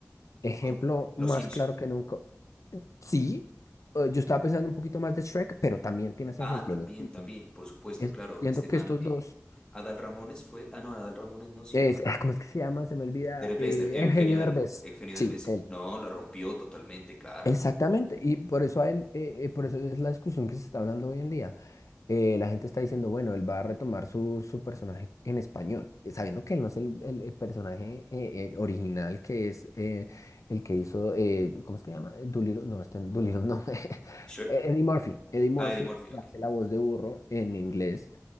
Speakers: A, on the left; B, on the left.
A: Ejemplo
B: Como Los
A: más
B: Simpson.
A: claro que nunca. Sí, eh, yo estaba pensando un poquito más de Shrek, pero también tienes
B: Ah,
A: ejemplo,
B: también,
A: los Simpsons.
B: también, por supuesto,
A: Es-
B: claro.
A: siento
B: Este man,
A: que estos
B: eh,
A: dos...
B: Adal Ramones fue, ah, no, Adal Ramones no, sino
A: Es,
B: el
A: ah, ¿cómo es que se llama? Se me olvida.
B: Derbez,
A: Eh,
B: Der- Eugenio,
A: Eugenio Derbez.
B: Der- Eugenio
A: Sí,
B: Derbez.
A: él.
B: No, la rompió totalmente, claro.
A: Exactamente. Y por eso a él, eh, eh, por eso es la discusión que se está hablando hoy en día. Eh, la gente está diciendo, bueno, él va a retomar su, su personaje en español, eh, sabiendo que él no es el, el- el personaje eh, eh, original que es eh, el que hizo, eh, ¿cómo es que se llama? Doolittle, no, este, Doolittle, no, <laughs>
B: Shrek.
A: Eddie Murphy, Eddie Murphy,
B: Ah, Eddie Murphy,
A: que
B: ok.
A: hace la voz de burro en inglés